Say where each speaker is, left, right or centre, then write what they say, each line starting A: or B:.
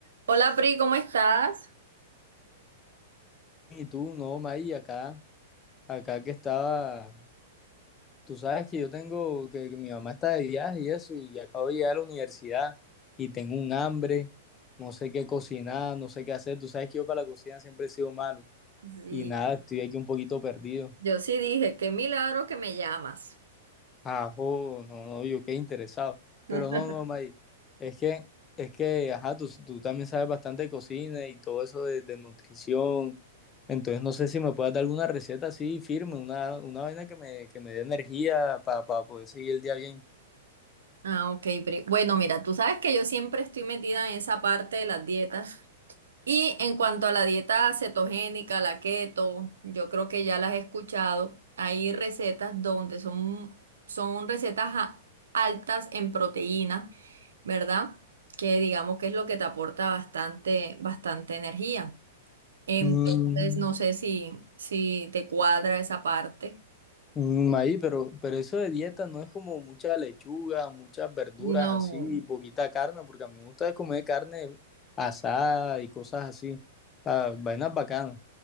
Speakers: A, on the right; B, on the left.
A: Hola Pri, ¿cómo estás?
B: Y tú, no, May, acá, acá que estaba, tú sabes que yo tengo, que, que mi mamá está de viaje y eso, y acabo de llegar a la universidad y tengo un hambre, no sé qué cocinar, no sé qué hacer, tú sabes que yo para la cocina siempre he sido malo
A: Sí.
B: y nada, estoy aquí un poquito perdido.
A: Yo sí dije, qué milagro que me llamas.
B: Ajá, no, no, yo qué interesado. Pero
A: <laughs>
B: no, no, May, es que, es que, ajá, tú, tú también sabes bastante de cocina y todo eso de, de nutrición. Entonces, no sé si me puedes dar alguna receta así firme, una, una vaina que me, que me dé energía para poder seguir el día bien.
A: Ah, ok, Pri. Bueno, mira, tú sabes que yo siempre estoy metida en esa parte de las dietas. Y en cuanto a la dieta cetogénica, la keto, yo creo que ya las he escuchado. Hay recetas donde son, son recetas a- altas en proteína, ¿verdad? Que digamos que es lo que te aporta bastante, bastante energía. Entonces,
B: Mm,
A: no sé si, si te cuadra esa parte.
B: mm, May, pero, pero eso de dieta no es como mucha lechuga, muchas verduras
A: No,
B: así y poquita carne, porque a mí me gusta comer carne asada y cosas así. O sea, vainas bacanas.